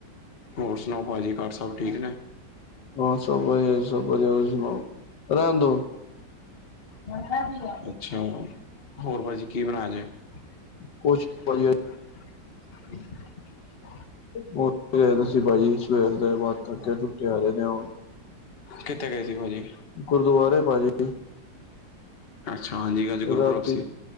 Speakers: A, on the left (about 35°); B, on the left (about 70°).
A: ਹੋਰ ਸੁਣਾਓ ਭਾਜੀ ਘਰ ਸਬ ਠੀਕ ਨੇ।
B: ਹਾਂ ਸਭ ਵਧੀਆ ਸਭ ਵਧੀਆ ਤੁਸੀਂ ਸੁਣਾਓ? ਰਹਿਣ ਦੋ
A: ਹਾਂਜੀ ਅੱਛਾ ਹੋਰ ਭਾਜੀ ਕੀ ਬਣਾਇਆ ਜੇ
B: ਕੁਛ
A: <inaudible>
B: ਭਾਜੀ ਉਹ <unintelligible> ਸੀ ਭਾਜੀ ਸਵੇਰ ਦੇ ਬਸ ਥੱਕ ਟੁੱਟੇ ਆ ਰਹੇ ਨੇ ਉਹ
A: ਕਿੱਥੇ ਗਏ ਸੀ ਭਾਜੀ
B: ਗੁਰਦੁਆਰੇ ਭਾਜੀ
A: ਅੱਛਾ ਹਾਂਜੀ ਅੱਜ ਗੁਰਪੂਰਬ
B: ਰਾਤੀ
A: ਸੀ।